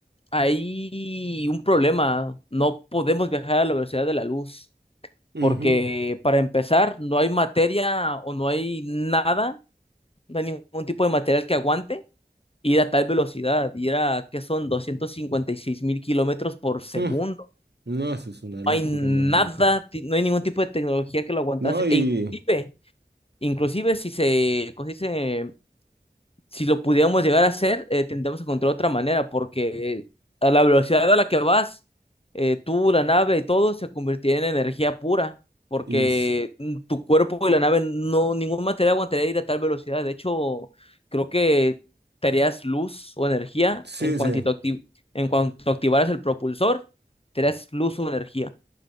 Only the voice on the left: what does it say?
hay un problema. No podemos viajar a la velocidad de la luz.
porque para empezar no hay materia o no hay nada, no hay ningún tipo de material que aguante ir a tal velocidad, ir a, ¿qué son? doscientos cincuenta y seis mil kilómetros por segundo.
No hay nada,
ti- no hay ningún tipo de tecnología que lo aguantase.
E inclusive, inclusive si se, ¿cómo se dice? si lo pudiéramos llegar a hacer, eh, tendríamos que encontrar otra manera, porque a la velocidad a la que vas, eh, tú, la nave y todo se convertiría en energía pura, porque
mm, tu cuerpo y la nave, no, ningún material aguantaría ir a tal velocidad. De hecho, creo que te harías luz o energía
en cuantito
acti- en cuanto activaras el propulsor, te harías luz o energía.